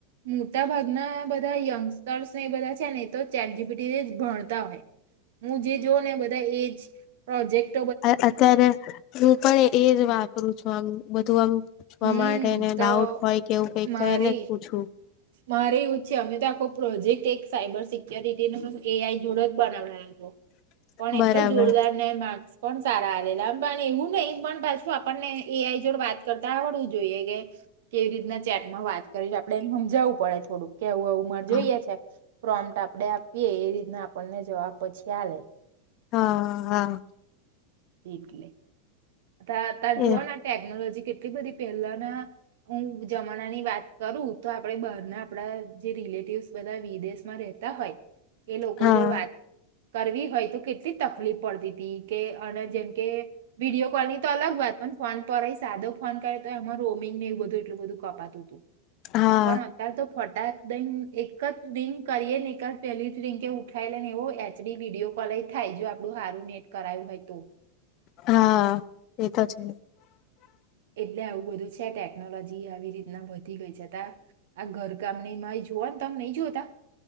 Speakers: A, on the right; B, on the left.
A: મોટા ભાગના બધા યંગસ્ટર્સ ને એ બધા છે ને એ તો ચેટ જી પી ટી એજ ભણતા હોય. હું જે જોઉ ને બધા એજ પ્રોજેક્ટ
B: અહ અત્યારે <inaudible> પણ એજ વાપરું છું આમ બધું આમ પૂછવા
A: હમ્મ,
B: માટે એને
A: તો
B: ડાઉટ હોય કે એવું કઈક
A: મારે
B: તો એને જ પૂછવું
A: મારે એવું છે અમે તો આખો પ્રોજેક્ટ એક સાઈબર સિક્યોરિટીને એ આઈ જોડે જ બનાવડ્યો હતો. પણ
B: બરાબર
A: એટલો જોરદાર ને માર્ક્સ પણ સારા આવેલા પણ એવું નહીં પણ પાછું આપણને કે એ આઈ જોડે વાત કર તા આવડવું જોઈએ કે કેવી રીતના ચેટમાં વાત કરી છે આપડણે એને સમજાવવું પડે થોડું. કે આવું આવું મારે
B: હા
A: જોઈએ છે. પ્રોમટ આપડે આપીએ એ રીતના આપણને જવાબ પછી આલે.
B: હા હા.
A: એટલે. તા અતારે જુવો
B: એ
A: ને આ ટેકનોલોજી કેટલી બધી પહેલાના હું જમાનાની વાત કરું તો આપણેે બહારના આપડા જે રિલેટિવસ બધા વિદેશમાં રતા હોય એ લોકો
B: હા
A: જોડે વાત કરવી હોય તો કેટલી તકલીફ પડતી તી કે અને જેમ કે વિડીયો કોલની તો અલગ વાત પણ ફોન પર એ સાદો ફોન કરે તો એમાં રોમિંગ ને એવ બધું એટલું બધું કપાતું તુંતું.
B: હા
A: પણ અત્યારે તો હોટાત દ એક જ રિંગ કરીએ ને એક જ પહેલી જ રિંકે ઉઠાવી લ ને એવો એચ. ડી વિડીયો કોલય થાય જો આપડું હારુ નેટ કરાયું હોય તો.
B: હા એ તો છે.
A: એટલે આવું બધું છે ટેકનોલોજી આવી રીતના વધી ગઈ છે. છતા આ ઘરકામની જોવા તમ નહી જોતા.